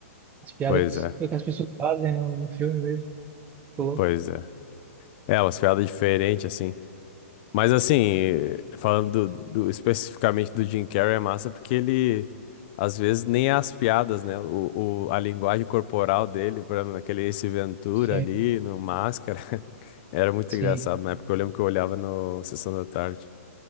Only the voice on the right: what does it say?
As piadas
que,
os- que as pessoas fazem no, no filme mesmo. Tô louco.
Sim,
sim.